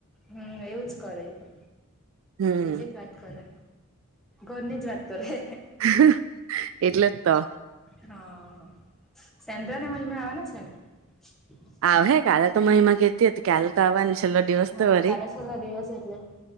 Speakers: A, in the centre; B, on the right.
A: હમ એવું જ કરે એતો
B: હમ
A: બીજી જ વાત કરે ઘરની જ વાત કરે હે.
B: <inaudible> એટલે જ તો
A: હા સેંત્રાને મહિમા આવવાના છે ને? <inaudible>
B: આવહે કાલ તો મહિમા કેતી હતી કાલ તો આવા ને છેલ્લો દિવસ
A: હા
B: તો વરી
A: કાલે છેલ્લો દિવસ એટલે